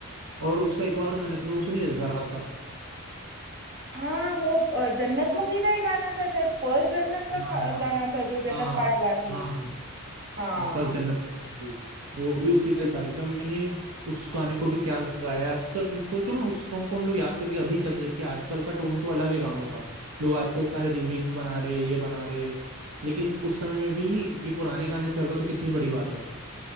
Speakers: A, on the right (about 75°); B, on the right (about 50°).
A: और उसका एक और गाना है, तूने वो सुनी है जरा सा
B: हाँ वो अ, जन्नत मूवी का ही गाना था शायद फर्स्ट जन्नत का
A: हाँ
B: खा-
A: हाँ
B: गाना था जो जन्नत
A: हाँ
B: पार्ट वन थी
A: हाँ हाँ
B: हाँ
A: हाँ बस जन्नत की बात हुई। वो भी उसी का ही था एकदम मैंने उस गाने को भी क्या गाया है। आजकल सोचो ना उस सॉन्ग को हम लोग याद करके अभी चलते हैं, जबकि आजकल का टोन तो अलग है गानों का लोग आजकल सारे रीमिक्स बना रहे ये बना रहे लेकिन उस समय में भी ये पुराने गाने चल रहे तो कितनी बड़ी बात है